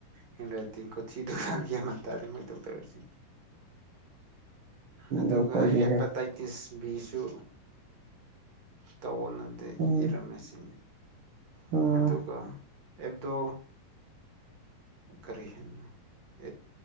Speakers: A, on the right; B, on the right.
A: ꯍꯦꯟ ꯔꯥꯏꯇꯤꯡ ꯀꯊꯤꯗꯨꯒ ꯒꯦꯝ ꯃꯥꯟ ꯇꯥꯗꯦ ꯃꯣꯏ ꯗꯣꯛꯇ꯭ꯔꯁꯤ꯫ ꯑꯗꯨꯒ
B: ꯗꯣꯛꯇꯔꯒꯤꯍꯦ
A: ꯍꯦꯄꯥꯇꯥꯏꯇꯤꯁ꯫ ꯕꯤꯁꯨ ꯇꯧꯑꯣꯅꯗꯤ
B: ꯎꯝ
A: ꯏꯔꯝꯃꯦ ꯁꯤꯅꯤ꯫
B: ꯎꯝ
A: ꯑꯗꯨꯒ ꯑꯦꯕꯗꯣ꯫ ꯀꯔꯤ <unintelligible>